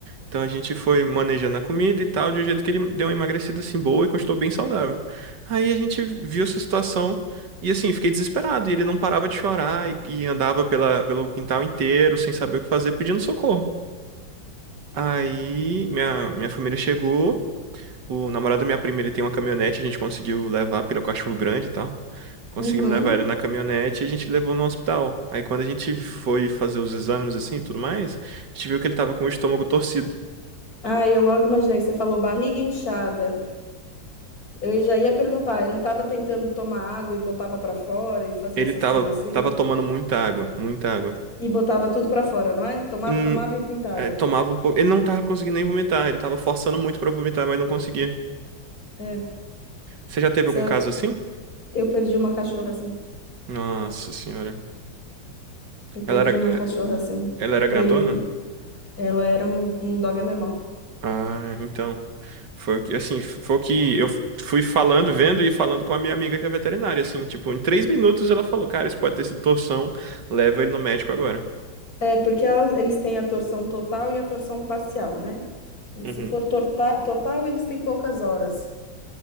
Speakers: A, on the right; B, on the left.
A: Então a gente foi manejando a comida e tal, de um jeito que ele deu uma emagrecida assim boa e continuou bem saudável. Aí a gente viu essa situação e assim, fiquei desesperado. E ele não parava de chorar e, e andava pela, pelo quintal inteiro sem saber o que fazer, pedindo socorro. Aí minha, minha família chegou, o namorado da minha prima ele tem uma caminhonete, a gente conseguiu levar, porque ele é um cachorro grande e tal. Conseguimos
B: uhum.
A: levar ele na caminhonete e a gente levou no hospital. Aí quando a gente foi fazer os exames assim e tudo mais, a gente viu que ele tava com o estômago torcido.
B: Ah, eu logo imaginei que você falou barriga inchada. Eu já ia perguntar, ele tava tentando tomar água e botava pra fora e fazia
A: Ele
B: essas
A: tava,
B: coisas assim?
A: tava tomando muita água, muita água.
B: E botava tudo pra fora, não é? Tomava,
A: Hum,
B: tomava e vomitava.
A: é, tomava um pouco. Ele não tava conseguindo nem vomitar, ele tava forçando muito pra vomitar, mas não conseguia.
B: É,
A: Você já teve
B: só
A: algum caso assim?
B: eu perdi uma cachorra assim.
A: Nossa senhora.
B: Eu perdi
A: Ela era,
B: uma cachorra
A: é,
B: assim.
A: ela era grandona?
B: Foi, ela era um, um dog alemão.
A: Ah, então. Foi o que, assim, foi o que eu fui falando, vendo e falando com a minha amiga que é veterinária, assim, tipo, em três minutos ela falou, cara, isso pode ter sido torção, leva ele no médico agora.
B: É, porque elas- eles têm a torção total e a torção parcial, né? E
A: Uhum,
B: se for torta- total, eles têm poucas horas.